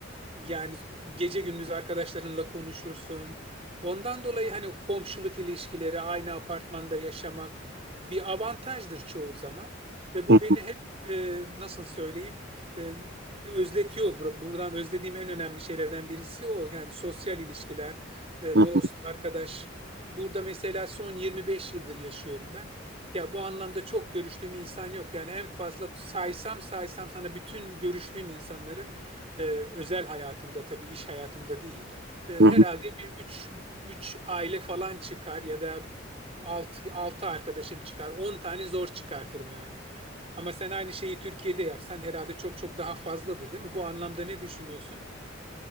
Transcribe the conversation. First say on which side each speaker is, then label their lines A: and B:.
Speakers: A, on the right (about 30°); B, on the right (about 60°).
A: yani gece gündüz arkadaşlarınla konuşursun. Ondan dolayı hani komşuluk ilişkileri, aynı apartmanda yaşamak bir avantajdır çoğu zaman. Ve bu
B: Hı
A: beni hep e, nasıl söyleyeyim e, özletiyor. Bur- Buradan özlediğim en önemli şeylerden birisi o. Yani sosyal ilişkiler, e,
B: hı.
A: dost, arkadaş. Burada mesela son 25 yıldır yaşıyorum ben. Ya bu anlamda çok görüştüğüm insan yok. Yani en fazla saysam saysam sana bütün görüştüğüm insanları e, özel hayatımda tabii iş hayatımda değil. E, herhalde
B: Hı hı.
A: bir üç 3 aile falan çıkar ya da altı 6 arkadaşım çıkar. 10 tane zor çıkartırım yani. Ama sen aynı şeyi Türkiye'de yapsan herhalde çok çok daha fazladır, değil mi? Bu anlamda ne düşünüyorsun?